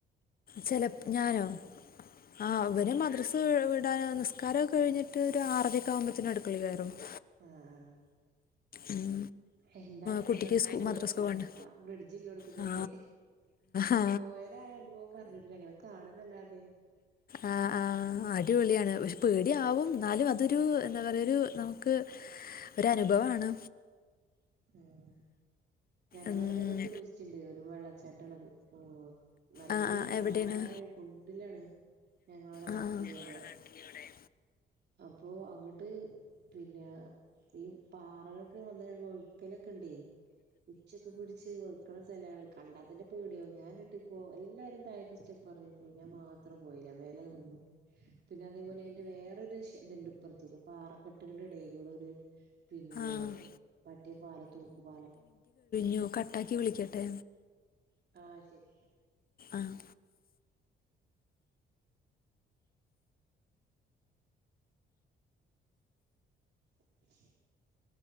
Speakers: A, on the left; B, on the right.
A: ചെലപ്പോ ഞാനോ ആഹ് അവന് മദ്രസ് ഏഹ് നമസ്കാരം കഴിഞ്ഞിട്ട് ഒരു ആറരൊക്കെ ആവുബോത്തിന് അടുപ്പത്ത് <unintelligible>
B: ആഹ് ആഹ്
A: ഉം
B: എന്തായാലും
A: കുട്ടിക്ക്
B: അങ്ങോട്ടോന്ന്
A: സ്കൂ
B: പോയോക്കണം
A: മദ്രസ്ക്ക് പോകണ്ട
B: ബ്രിഡ്ജില്ലോട്ത്ത്ക്കൊക്കെ
A: ആ ആ
B: പോയര് ആരും അനുഭവം പറഞ്ഞിട്ടില്ല ഇങ്ങനെ കാണുന്നല്ലാതെ
A: ആഹ് ആഹ് അഹ് ഒരു വിളിയാണ് പക്ഷെ പേടിയ ആവും എന്നാലും അതൊരു എന്താ പറയാ ഒരു നമുക്ക് ഒരു അനുഭവാണ്
B: ഉം ഞങ്ങളെ
A: ഉം
B: അവിടെ ഇതേമാരി ടൂറിസ്റ്റ് ഉണ്ട് ഒരു വെള്ളച്ചാട്ടാണത് ഓ നല്ല
A: ആ ആ
B: താഴെ
A: എവിടെയാണ്
B: കുണ്ടിലാണ് ഞങ്ങളവിടെ
A: ആ
B: നാട്ടിൽ
A: ആ
B: ഇവിടെ അപ്പോ അങ്ങട്ട് പിന്നെ ഈ പാറ വയ്ക്കലൊക്കെ ഇൻടെയ് <unintelligible> ഉച്ചൊക്കെ പിടിച്ച് വയ്ക്കണ സ്ഥലാണ് കണ്ടാത്തന്നേ പേടിയാവും ഞാന് ന്നട്ട് പോ എല്ലാരും താഴേക്കു സ്റ്റെപ്പ് ഇറങ്ങി പോയി ഞാൻ മാത്രം പോയില്ല മേലെ നിന്നു പിന്നെ അതേപോലെ അതിന്റെ വേറരു ഇതുണ്ട് ഇപ്പറത്ത് പാറക്കെട്ടുകളുടെ ഇടയിലൂടെ ഒരു പിന്നേ
A: ഒരു
B: മറ്റെ പാലം തൂക്കുപാലം
A: നൊ കട്ടാക്കി വിളിക്കട്ടെ
B: ആഹ് ശരി
A: ആഹ്
B: <inaudible>